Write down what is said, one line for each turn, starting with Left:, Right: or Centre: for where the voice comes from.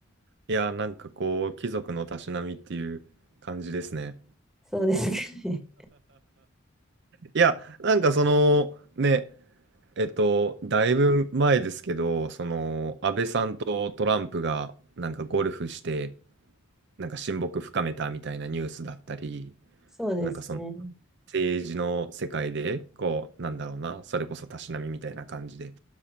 Right: いや、なんかこう、貴族のたしなみっていう感じですね。
Centre: そうですかね。
Right: いや、なんかその、ね、えっと、だいぶ前ですけど、その、安倍さんとトランプが、なんかゴルフして、なんか親睦深めたみたいなニュースだったり、
Centre: そうですね。
Right: なんかその、政治の世界で、こう、なんだろうな、それこそたしなみみたいな感じで